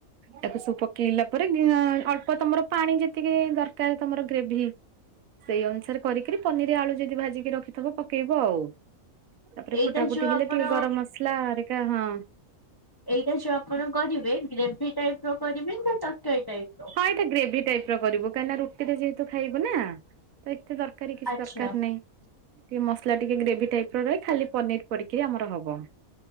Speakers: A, on the right; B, on the left.
A: ତାକୁ ସବୁ ପକେଇଲା ପରେ ଅଳ୍ପ ତମର ପାଣି ଯେତିକି ଦରକାର ତମର ଗ୍ରେଭି ସେଇ ଅନୁସାରେ କରିକିରି ପନିର୍ ଆଳୁ ଯଦି ଭାଜିକି ରଖିଥିବ ପକେଇବ ଆଉ। ତାପରେ
B: ଏଇଟା
A: ଫୁଟା ଫୁଟି
B: ଯୋଉ
A: ହେଲେ
B: ଆପଣ
A: ଟିକେ ଗରମ ମସଲା ହାରିକା ହଁ।
B: ଏଇଟା ଯୋଉ ଆପଣ କରିବେ ଗ୍ରେଭି ଟାଇପ୍ ର କରିବେ ନା ତରକାରୀ ଟାଇପ୍ ର?
A: ହଁ ଗ୍ରେଭି ଟାଇପ୍। ଖିଅ କରିବୁ କାହିଁକି ନା ରୁଟିରେ ଯେହେତୁ ଖାଇବୁ ନା ତ ଏତେ ତରକାରୀ କିଛି
B: ଆଚ୍ଛା
A: ଦରକାର ନାହିଁ। ଟିକେ ମସଲା ଟିକେ ଗ୍ରେଭି ଟାଇପ୍ ରହେ ଖାଲି ପନିର୍ ପଡିକିରି ଆମର ହବ।